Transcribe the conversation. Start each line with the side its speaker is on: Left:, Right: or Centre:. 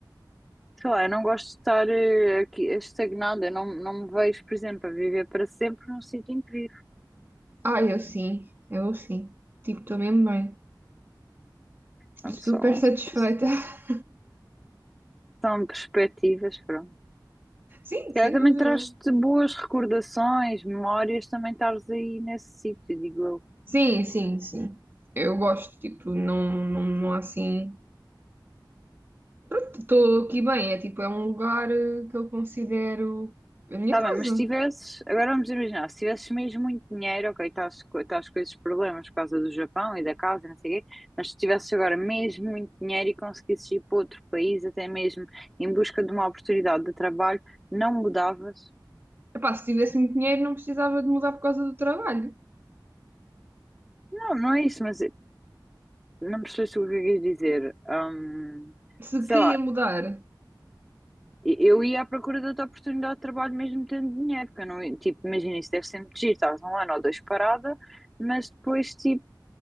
Centre: Sei lá, eu não gosto de estar eh, aqui estagnada. Eu não, não me vejo, por exemplo, a viver para sempre num sítio em que vivo.
Right: ah, eu sim, eu sim, tipo, estou mesmo bem,
Centre: Pronto,
Right: super
Centre: são,
Right: satisfeita.
Centre: são,
Right: <laughs>
Centre: são perspectivas, pronto.
Right: Sim,
Centre: Se
Right: sem
Centre: calhar também
Right: dúvida.
Centre: traz-te boas recordações, memórias, também estares aí nesse sítio, digo eu.
Right: Sim, sim, sim, eu gosto, tipo, não, não, não há assim, pronto, estou aqui bem, é tipo, é um lugar eh, que eu considero a minha
Centre: Tá
Right: casa.
Centre: bem, mas se tivesses, agora vamos imaginar, se tivesses mesmo muito dinheiro, ok, estás, co- estás com esses problemas por causa do Japão e da casa, e não sei o quê, mas se tivesses agora mesmo muito dinheiro e conseguisses ir para outro país, até mesmo em busca de uma oportunidade de trabalho, não mudavas?
Right: Epá, se tivesse muito dinheiro, não precisava de mudar por causa do trabalho.
Centre: Não, não é isso, mas não percebeste o que eu quis dizer. Hum,
Right: Se
Centre: sei
Right: queria
Centre: lá,
Right: mudar,
Centre: eu ia à procura de outra oportunidade de trabalho mesmo tendo dinheiro, porque eu não, ia- tipo, imagina, isso deve ser muito giro, estás um ano ou dois parada, mas depois, tipo,